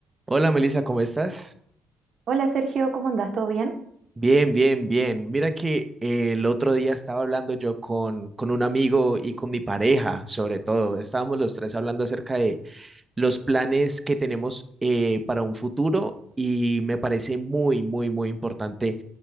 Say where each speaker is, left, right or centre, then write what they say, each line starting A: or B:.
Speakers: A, on the right (about 20°); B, on the right (about 60°).
A: Hola Melissa, ¿cómo estás?
B: Hola Sergio, ¿cómo andás? ¿Todo bien?
A: Bien, bien, bien. Mira que eh, el otro día estaba hablando yo con, con un amigo y con mi pareja, sobre todo. Estábamos los tres hablando acerca los planes que tenemos eh, para un futuro y me parece muy, muy, muy importante